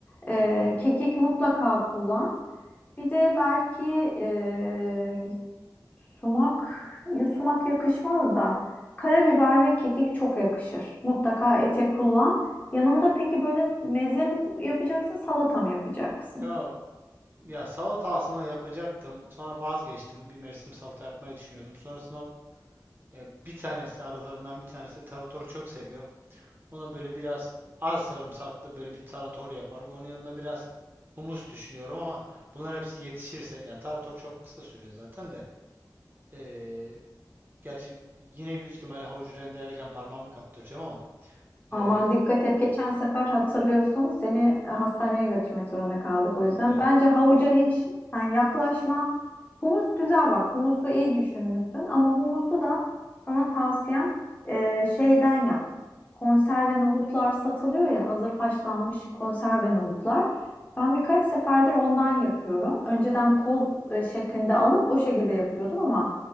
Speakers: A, on the left; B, on the right.
A: Ee,
B: Anladım.
A: kekik mutlaka kullan. Bir de belki e, sumak, ya sumak yakışmaz da karabiber ve kekik çok yakışır. Mutlaka ete kullan. Yanında peki böyle meze mi yapacaksın, salata mı yapacaksın?
B: Ya ya salata aslında yapacaktım. Sonra vazgeçtim. Bir mevsim salata yapmayı düşünüyordum. Sonrasında e, bir tanesi aralarından bir tanesi taratoru çok seviyor. Ona böyle biraz az sarımsaklı böyle bir tarator yaparım. Onun yanına biraz humus düşünüyorum ama bunların hepsi yetişirse ya tarator çok kısa sürüyor zaten de. Ee, gerçi yine büyük ihtimalle havucu rendelerken parmağımı kaptıracağım ama ee,
A: Aman dikkat et. Geçen sefer hatırlıyorsun seni hastaneye götürmek zorunda kaldık o yüzden.
B: eh,
A: Bence havuca hiç sen yaklaşma. Humus güzel bak. Humusu iyi düşünmüşsün ama humusu da sana tavsiyem e, şeyden yap. Konserve nohutlar satılıyor ya hazır haşlanmış konserve nohutlar. Ben birkaç seferdir ondan yapıyorum. Önceden toz e, şeklinde alıp o şekilde yapıyordum ama